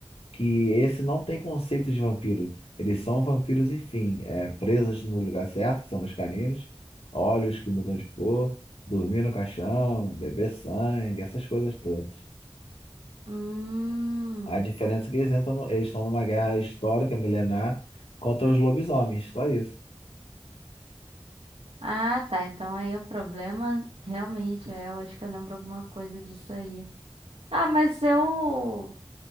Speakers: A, on the left; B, on the right.
A: Que esse não tem conceito de vampiro. Eles são vampiros, enfim, é, presas no lugar certo, que são nos caninos, olhos que mudam de cor, dormir no caixão, beber sangue, essas coisas todas.
B: Hum.
A: A diferença é que eles entram no- eles estão numa guerra histórica, milenar, contra os lobisomens, só isso.
B: Ah, tá. Então aí o problema realmente é, eu acho que eu lembro alguma coisa disso aí. Ah, mas eu